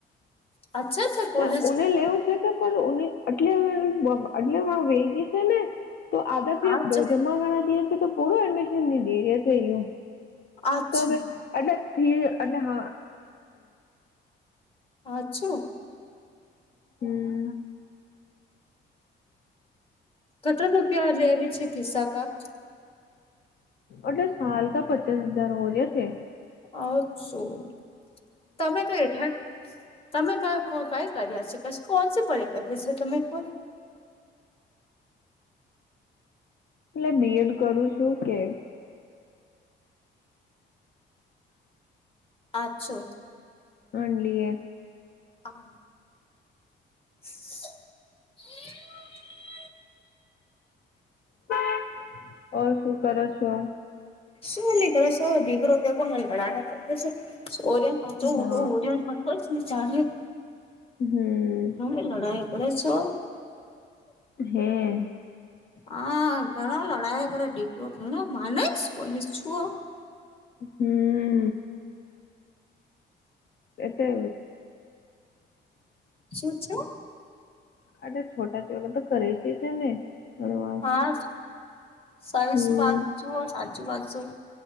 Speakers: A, on the left; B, on the left.
A: અચ્છા કોલેજ
B: એ ઉને લેવું છે તો પણ ઉને, એટલે એટલે વેગી છે ને તો આધા પી
A: આજ
B: જમા કર દેએ છે તો પૂરું એડમિશન લીધી રહ્યા છે અયું
A: આછું
B: તો હવે એટલે ફી એટલે હા
A: અછું
B: હમ
A: કટર રૂપિયા લેવી છે પિસ્સા કાર
B: અટ સાલ કા પચીાસ હજાર હો ગયા છે.
A: અછું તમે કઈ હઠા તમે ક કઈ કર્યા છે કી કોણ સ પરે કર્યા છે તમે કોઈ
B: એટલે બી એડ કરું છું કે
A: પાછો
B: માનલીએ
A: આ <unintelligible>
B: હા <inaudible> ઓ શું કરો છો
A: શું નીકરો છો દીગરો છેને લડાયા કર ઓરિયન પાચો
B: હા
A: ઉટો ઓરિન ખશ ચાલ્યું
B: હમ
A: તમે લડાઈ કરો છો
B: હે
A: હા ઘણા લડાયા કરે દીકરો માનેશ કોઈને છુઓ
B: હમ એટલે
A: શું છું
B: અરે છોટા ચોલા તો કરે છે છે ને અણવાજ
A: હા સાારી
B: હમ
A: શું વાત છું સાચું વાતું